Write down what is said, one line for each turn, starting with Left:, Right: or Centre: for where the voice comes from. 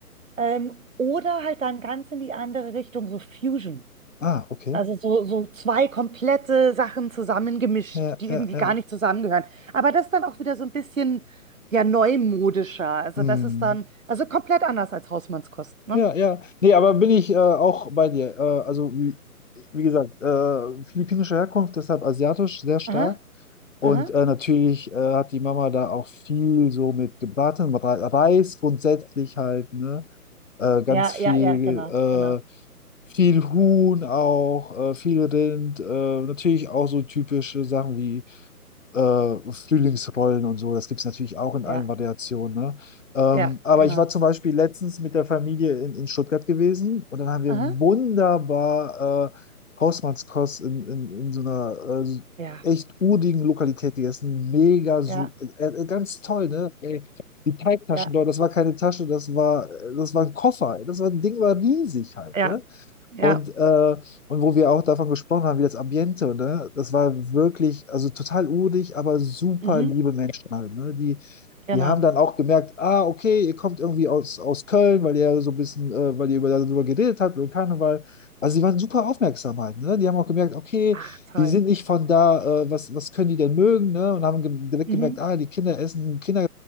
Right: Ähm, oder halt dann ganz in die andere Richtung, so Fusion.
Left: Ah, okay.
Right: Also so, so zwei komplette Sachen zusammengemischt,
Left: Ja,
Right: die
Left: ja,
Right: irgendwie
Left: ja.
Right: gar nicht zusammengehören. Aber das ist dann auch wieder so ein bisschen, ja, neumodischer. Also
Left: Hm.
Right: das ist dann, also komplett anders als Hausmannskost, ne?
Left: Ja, ja. Nee, aber bin ich äh, auch bei dir. Äh, also, wie, wie gesagt, äh, philippinische Herkunft, deshalb asiatisch sehr stark.
Right: Aha,
Left: Und
Right: aha.
Left: äh, natürlich äh, hat die Mama da auch viel so mit gebratenem Re- Reis grundsätzlich halt, ne? Äh, ganz
Right: Ja,
Left: viel,
Right: ja, ja, genau,
Left: äh,
Right: genau.
Left: viel Huhn auch, äh, viel Rind, äh, natürlich auch so typische Sachen wie äh, Frühlingsrollen und so. Das gibt es natürlich auch in
Right: Ja.
Left: allen Variationen. Ne? Ähm,
Right: Ja,
Left: aber
Right: genau.
Left: ich war zum Beispiel letztens mit der Familie in, in Stuttgart gewesen und dann haben wir
Right: Aha.
Left: wunderbar äh, Hausmannskost in, in, in so einer äh,
Right: Ja,
Left: echt urigen Lokalität gegessen. Mega super,
Right: ja,
Left: äh, äh, ganz toll, ne? Ey, die Teigtaschen
Right: ja,
Left: dort, das war keine Tasche, das war, äh, das war ein Koffer. Das war, Ding war riesig halt,
Right: ja,
Left: ne?
Right: ja.
Left: Und, äh, und wo wir auch davon gesprochen haben, wie das Ambiente, ne? Das war wirklich, also total urig, aber super
Right: Mhm.
Left: liebe Menschen halt, ne? Die,
Right: Genau.
Left: die haben dann auch gemerkt, ah, okay, ihr kommt irgendwie aus, aus Köln, weil ihr so ein bisschen, äh, weil ihr über, darüber geredet habt, über Karneval. Also die waren super aufmerksam halt, ne? Die haben auch gemerkt, okay,
Right: Ach, toll.
Left: die sind nicht von da, äh, was, was können die denn mögen, ne? Und haben ge direkt
Right: Mhm.
Left: gemerkt, ah, die Kinder essen Kinder,